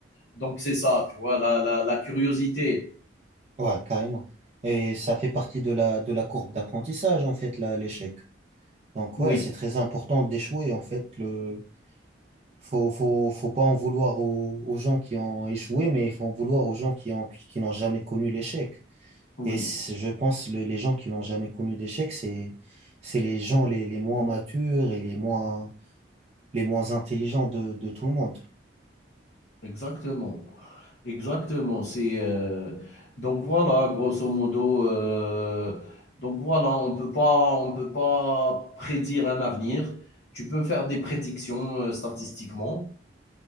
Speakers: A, on the left; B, on the right.
A: donc c'est ça, tu vois, la, la, la curiosité.
B: Ouais, carrément. Et ça fait partie de la, de la courbe d'apprentissage, en fait, là, l'échec. Donc
A: Oui,
B: ouais, c'est très important d'échouer, en fait, le. Faut, faut, faut pas en vouloir aux, aux gens qui ont échoué, mais il faut en vouloir aux gens qui ont, qui qui n'ont jamais connu l'échec.
A: oui,
B: Et c- je pense que les gens qui n'ont jamais connu d'échec, c'est, c'est les gens les, les moins matures et les moins, les moins intelligents de, de tout le monde.
A: exactement. Exactement. C'est euh, donc voilà, grosso modo. euh, donc voilà, on peut pas, on peut pas prédire un avenir. Tu peux faire des prédictions euh, statistiquement,